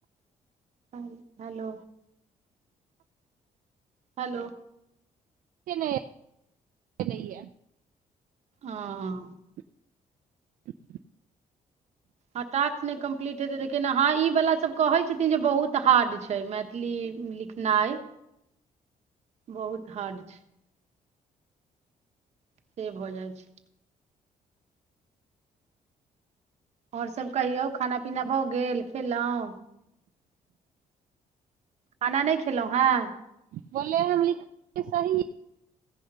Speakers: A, on the right (about 50°); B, on the right (about 75°).
A: हल हेलो हेलो
B: च नहि एलैए
A: अँ
B: <unintelligible>
A: हँ टाक्स नहि कम्प्लीट हेतै त केना हँ इबला सब कहै छथिन जे बहुत हार्ड छै मैथिली लिखनाइ बहुत हार्ड छ से भऽ जाइ छै और सब कहियौ खाना पीना भऽ गेल खेल‌उं खाना नहि खेल‌उं हैं
B: बोले हम लिख सही